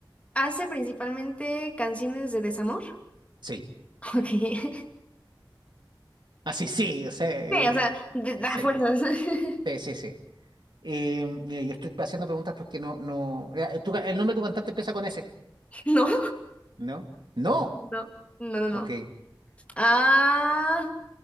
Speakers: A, on the left (about 15°); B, on the right (about 65°).
A: hace principalmente canciones de desamor?
B: Sí.
A: <laughs> Ok.
B: Ah, sí, sí, o sea, eh,
A: Sí, o sea, de, da
B: sí.
A: fuerzas. <laughs>
B: Sí, sí, sí. Eh, mira, yo estoy haciendo preguntas porque no, no. eh, tu ca- el nombre de tu cantante empieza con S.
A: No,
B: ¿No? No.
A: no, no, no, no.
B: Ok.
A: Ah,